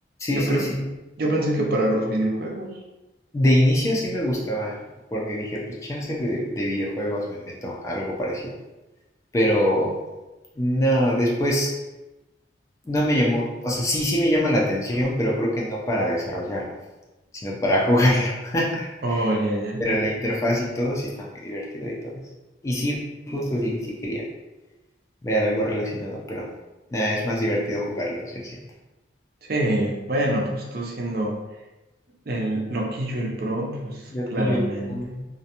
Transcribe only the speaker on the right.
Yo
creo,
yo pensé que para los videojuegos.
Oh, ya, ya, ya.
Sí, bueno, pues tú siendo el loquillo, el pro, pues
claramente.